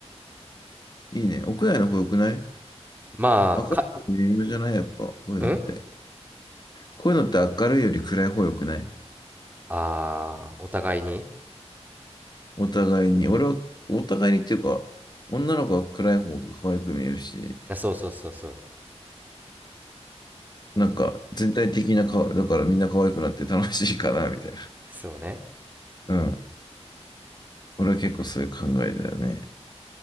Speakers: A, on the left; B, on the right.
A: いいね。屋内の方良くない
B: まあか
A: 明るいの微妙じゃないやっぱ。こういうのって。
B: うん
A: こういうのって明るいより暗い方良くない
B: あーお互いに
A: お互いに。俺は、お互いにっていうか、女の子は暗い方が可愛く見えるし、
B: あそうそうそうそう
A: なんか全体的な顔、だからみんな可愛くなって楽しいかな、みたいな。
B: そうね
A: うん。俺は結構そういう考えだよね。